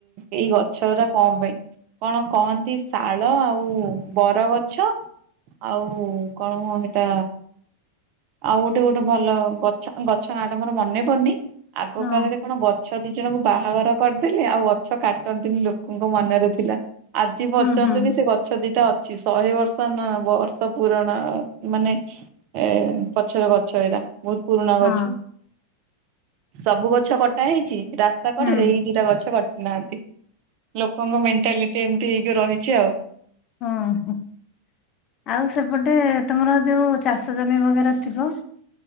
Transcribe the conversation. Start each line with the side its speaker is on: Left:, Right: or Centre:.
Right: ଏଇ ଗଛ ଗୁରା କଣ ପାଇଁ? କଣ କହନ୍ତି, ଶାଳ ଆଉ ବରଗଛ। ଆଉ କଣ ହୁଅ, ହେଟା ଆଉ ଗୋଟେ ଗୋଟେ ଭଲ ଗଛ ଗଛ ନାଁଟା ମୋର ମନେ ବନେ, ଆଗ
Left: ହଁ
Right: କାଳରେ କଣ ଗଛ ଦି ଜଣଙ୍କୁ ବାହାଘର କରୁଥୁଲେ, ଆଉ ଗଛ କାଟନ୍ତିନି ଲୋକଙ୍କ ମନରେ ଥିଲା। ଆଜି ପର୍ଯ୍ୟନ୍ତ
Left: ହୁଁ ହୁଁ
Right: ବି ସେ ଗଛ ଦିଟା ଅ ଅଛି ଶହେ ବର୍ଷ ନ ବର୍ଷ ପୁରଣ ମାନେ ଏ ପଛର ଗଛ ଏଇରା ବହୁତ୍ ପୁରୁଣା
Left: ହଁ
Right: ଗଛ। ସବୁ ଗଛ କଟା ହେଇଚି ରାସ୍ତା କଡରେ
Left: ହୁଁ
Right: ଏଇ ଦିଟା ଗଛ କାଟି ନାହାନ୍ତି। ଲୋକଙ୍କ ମେଣ୍ଟାଲିଟି ଏମିତି ହେଇକି ରହିଛି ଆଉ।
Left: ହଁ ହଁ ଆଉ ସେପଟେ ତମର ଯୋଉ ଚାଷ ଜମି ବଗରା ଥିବ?